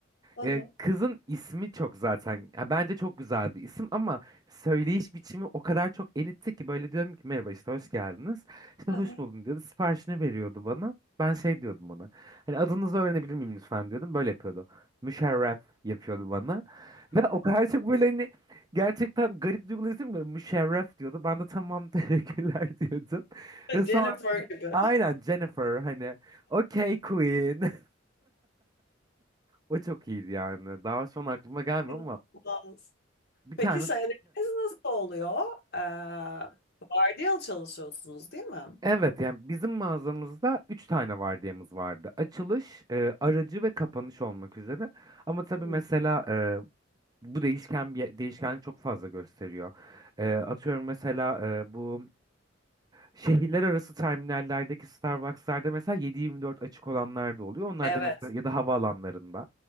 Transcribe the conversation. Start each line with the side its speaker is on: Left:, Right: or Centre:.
Left: aha,
Right: E, kızın ismi çok zaten ya bence çok güzel bir isim ama söyleyiş biçimi o kadar çok elitti ki böyle diyorum ki merhaba işte hoş geldiniz. İşte
Left: aha.
Right: hoş buldum diyordu siparişini veriyordu bana. Ben şey diyordum ona hani adınızı öğrenebilir miyim lütfen diyordum böyle yapıyordu. Müşerref yapıyordu bana. Ve o kadar çok böyle hani gerçekten garip duygular isim böyle müşerref diyordu. Ben de tamam <laughs> teşekkürler diyordum. Ve
Left: Jennifer
Right: sonra
Left: gibi.
Right: aynen Jennifer hani okey queen. <laughs> O çok iyiydi yani. Daha şu an aklıma gelmiyor
Left: İnanılmaz.
Right: ama Bir
Left: Peki
Right: tane
Left: şeyleriniz nasıl oluyor? Ee, vardiyalı çalışıyorsunuz değil mi?
Right: evet yani bizim mağazamızda 3 tane vardiyamız vardı. Açılış, e, aracı ve kapanış olmak üzere. Ama tabii
Left: Hı.
Right: mesela e, bu değişken bir değişkenlik çok fazla gösteriyor. E, atıyorum mesela e, bu şehirler arası terminallerdeki Starbucks'larda mesela 7-24 açık olanlar da oluyor. Onlar
Left: Evet,
Right: da mesela ya da havaalanlarında.